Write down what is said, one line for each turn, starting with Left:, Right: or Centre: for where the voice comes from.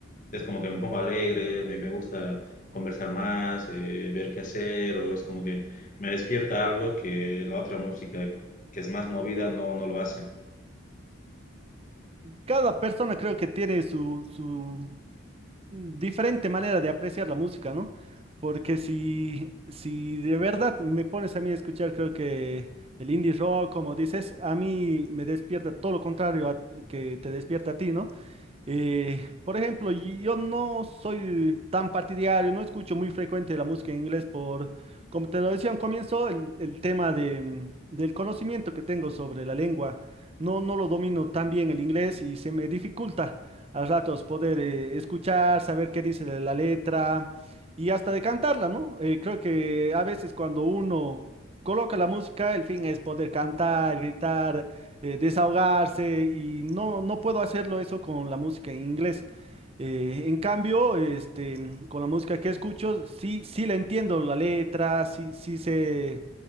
Left: es como que me pongo alegre, me, me gusta conversar más, eh, ver qué hacer, o es como que me despierta algo que la otra música que es más movida no, no lo hace.
Right: Cada persona creo que tiene su, su diferente manera de apreciar la música, ¿no? Porque si, si de verdad me pones a mí a escuchar, creo que el indie rock, como dices, a mí me despierta todo lo contrario a- que te despierta a ti, ¿no? Eh, por ejemplo, yo no soy tan partidario, no escucho muy frecuente la música en inglés por, como te lo decía al comienzo, el, el tema de, mm, del conocimiento que tengo sobre la lengua. No, no lo domino tan bien el inglés y se me dificulta a ratos poder eh, escuchar, saber qué dice la letra y hasta de cantarla, ¿no? Eh, creo que a veces cuando uno coloca la música, el fin es poder cantar, gritar eh, desahogarse y no, no puedo hacerlo eso con la música en inglés. Eh, en cambio, este, con la música que escucho, sí, sí la entiendo la letra, sí, sí sé